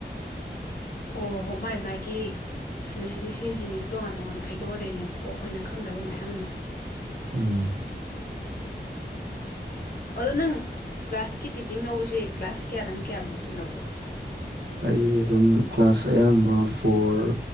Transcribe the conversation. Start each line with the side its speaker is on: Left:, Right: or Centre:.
Left: ꯑꯣ ꯍꯣ ꯃꯥꯏ ꯃꯥꯒꯤ ꯁꯤꯅ ꯁꯤꯅꯤ ꯁꯤ ꯁꯤꯅꯤꯅ ꯇꯣꯉꯥꯟ ꯇꯣꯉꯥꯟꯅ ꯈꯥꯏꯗꯣꯛꯍꯜꯂꯛꯏꯅꯦꯕꯀꯣ ꯑꯩꯈꯣꯏꯅ ꯈꯪꯗꯕ ꯃꯌꯥꯝ ꯑꯃ
Right: ꯎꯝ
Left: ꯑꯗꯣ ꯅꯪ ꯀ꯭ꯂꯥꯁꯀꯤ ꯇꯤꯆꯤꯡ ꯂꯧꯕꯁꯦ ꯀ꯭ꯂꯥꯁ ꯀꯌꯥꯗꯅ ꯀꯌꯥꯐꯧꯇꯤ ꯂꯧꯕ
Right: ꯑꯩ ꯑꯗꯨꯝ ꯀ꯭ꯂꯥꯁ ꯑꯌꯥꯝꯕ ꯐꯣꯔ